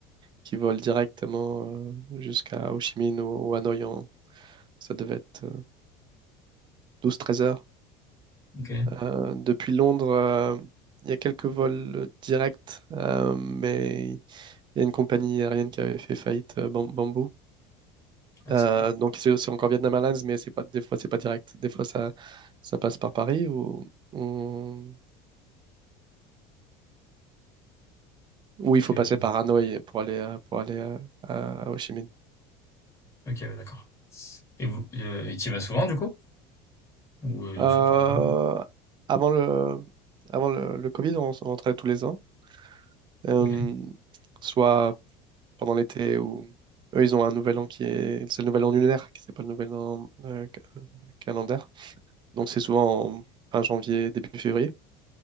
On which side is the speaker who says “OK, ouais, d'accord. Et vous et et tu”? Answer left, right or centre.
Left